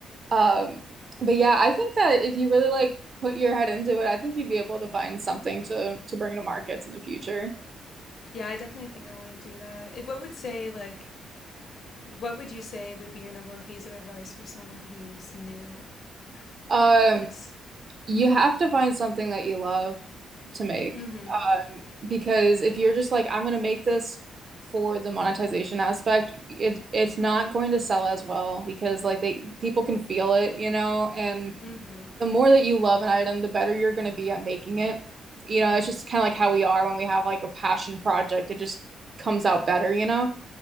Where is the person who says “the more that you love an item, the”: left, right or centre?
Right